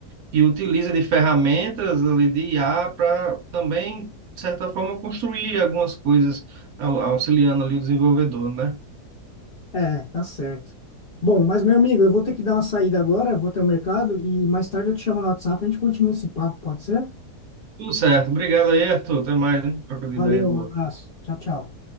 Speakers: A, on the right; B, on the left.
A: que utiliza de ferramentas ali de IA para também, de certa forma, construir algumas coisas au- auxiliando ali o desenvolvedor, né?
B: É, tá certo. Bom, mas meu amigo, eu vou ter que dar uma saída agora, vou até o mercado e mais tarde eu te chamo no WhatsApp, a gente continua esse papo, pode ser?
A: Tudo certo. Obrigado aí, Arthur. Até mais, né? Troca de
B: Valeu,
A: ideia boa.
B: um abraço. Tchau, tchau.